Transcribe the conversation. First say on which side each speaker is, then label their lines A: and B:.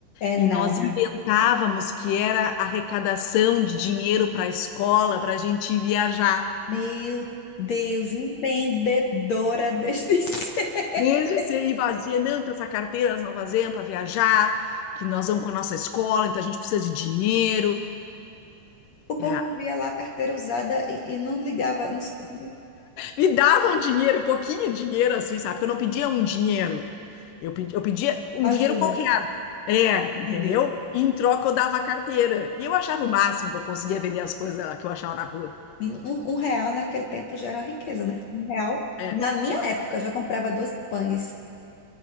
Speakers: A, on the left; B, on the left.
A: É
B: E nós
A: nada.
B: inventávamos que era arrecadação de dinheiro para a escola, para a gente ir viajar.
A: Meu Deus, empreendedora desde <laughs> cedo.
B: Desde ser ir vazia, não, então essa carteira nós não fazemos para viajar, que nós vamos com a nossa escola, então a gente precisa de dinheiro.
A: O povo
B: É.
A: via lá a carteira usada e, e não ligava, não sabia.
B: Me davam dinheiro, um pouquinho dinheiro assim, sabe? Porque eu não pedia um dinheiro. Eu pedi- eu pedia um
A: Ajuda,
B: dinheiro qualquer. É, entendeu?
A: entendi.
B: E em troca eu dava a carteira. E eu achava o máximo que eu conseguia vender as coisas que eu achava na rua.
A: E Um, um real naquele tempo já era uma riqueza, né? Um real.
B: É,
A: Na minha época, eu já comprava 12 pães,